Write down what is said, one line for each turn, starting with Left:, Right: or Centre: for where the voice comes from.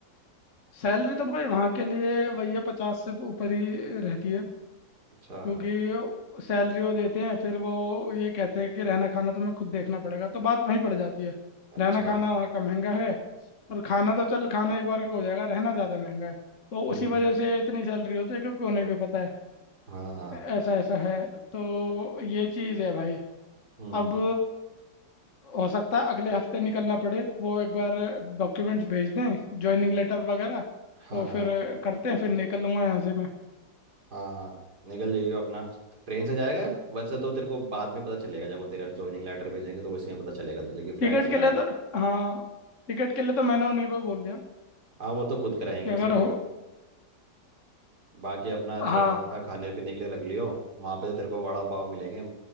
Left: सैलरी तो भाई वहाँ के लिए भैया पचास से ऊपर ही रहती है
Right: अच्छा
Left: क्योंकि सैलरी वो देते हैं फिर वो ये कहते हैं कि रहना खाना तुम्हें खुद देखना पड़ेगा तो बात वहीं पड़ जाती है
Right: अच्छा
Left: रहना खाना वहाँ का महंगा है और खाना तो चल खाना एक बार का हो जाएगा रहना ज़्यादा महंगा है तो
Right: हम्म
Left: उसी वजह से इतनी सैलरी होती है क्योंकि उन्हें भी पता है
Right: हाँ हाँ
Left: ऐसा ऐसा है तो ये चीज़ है भाई
Right: हम्म
Left: अब हो सकता है अगले हफ्ते निकलना पड़े वो एक बार डॉक्यूमेंट्स भेज दें ज्वाइनिंग लेटर वगैरह
Right: हाँ
Left: तो
Right: हाँ
Left: फिर करते हैं फिर निकल लूंगा यहाँ से मैं
Right: हाँ निकल जाइयो अपना ट्रेन से जाएगा या- वैसे तो तेरे को बाद में पता चलेगा जब वो तेरा ज्वाइनिंग लेटर भेजेंगे तो उसी में पता चलेगा तुझे कि
Left: टिकट
Right: फ्लाइट से
Left: के
Right: जा
Left: लिए
Right: रहा है
Left: तो हाँ टिकट के लिए तो मैंने उन्हीं को बोल दिया
Right: हाँ वो तो खुद कराएंगे
Left: कि अगर
Right: उसके टाइम
Left: हो
Right: बाकी अपना छोटा
Left: हाँ
Right: मोटा खाने पीने के लिए रख लियो वहाँ पे तो तेरे को वड़ा पाव मिलेंगे